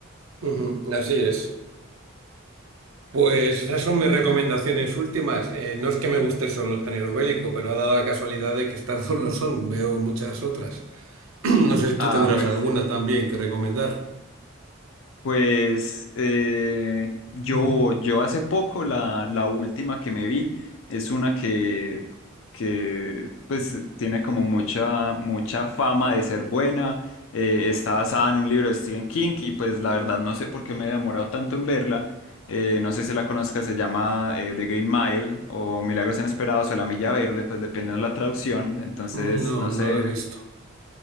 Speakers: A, on the right; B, on the left.
A: ujú, así es. Pues esas son mis recomendaciones últimas. Eh, no es que me guste solo el género bélico, pero ha dado la casualidad de que estas dos lo son. Veo muchas otras. <clears throat> No sé si tú
B: Ah,
A: tendrás
B: pues.
A: alguna también que recomendar.
B: Pues eh, yo,
A: Mm.
B: yo hace poco la, la última que me vi es una que, que pues tiene como mucha, mucha fama de ser buena. eh, está basada en un libro de Stephen King y pues la verdad no sé por qué me he demorado tanto en verla. eh, no sé si la conozcas se llama eh, The Green Mile o Milagros Inesperados o La Milla Verde, pues dependiendo de la traducción. Entonces,
A: No,
B: no sé,
A: no la he visto.